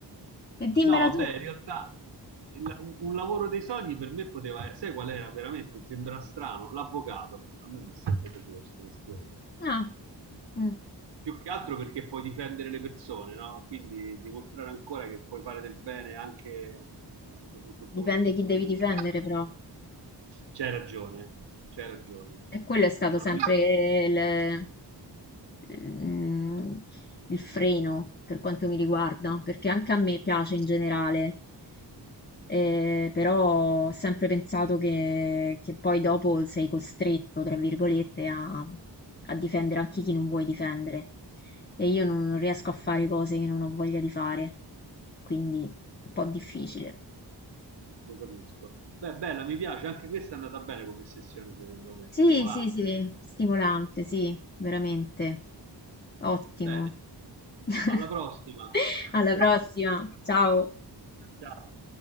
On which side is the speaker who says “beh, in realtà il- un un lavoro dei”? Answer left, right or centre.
Right